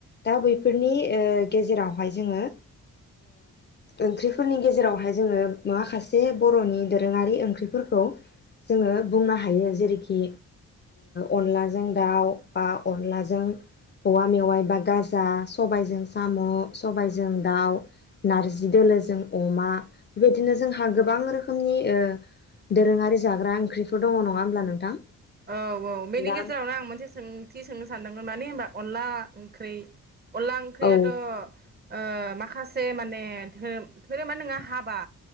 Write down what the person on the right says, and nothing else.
औ औ बेनि
गेजेरावनो आं मोनसे सोंथि सोंनो सानदोंमोन माने होनबा अनला ओंख्रि अनला ओंख्रियाथ'
ओ माखासे माने धोरोम धोरोमा नङा हाबा